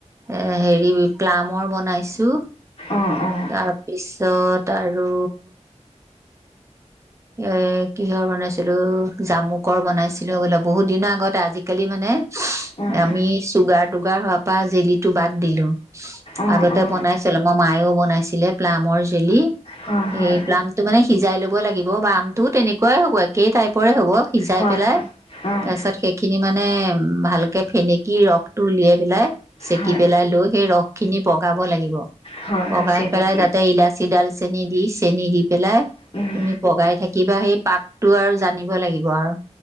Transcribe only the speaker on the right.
এ হেৰি প্লামৰ বনাইছো
তাৰপিছত আৰু এ কিহৰ বনাইছিলো জামুকৰ বনাইছিলো বল বহুত দিনৰ আগতে আজিকালি মানে
আমি চুগাৰ তটুগাৰ হোৱাৰ পৰা জেলি টো বাদ দিলো
আগতে
বনাইছিলো আমাৰ মায়েও বনাইছিলে প্লামৰ জেলি
এই প্লামটো মানে সিজাই ল'বই লাগিব বামটোো তেনেকুৱাই হব একেই টাইপৰে হব সিজাই
পেলাই
তাৰ পিছত সেইখিনি মানে ভালকে ফেনেকি ৰসটো উলিয়াই পেলাই চেকি
পেলাই লৈ সেই ৰস খিনি পগাব লাগিব
লগগাই
পেলাই
তাতে ইলাচি ডাল চেনিী দি চেনিী দি পেলাই
তুমি বগাই থাকিবা সেই পাপটো আৰু জানিব লাগিব আৰু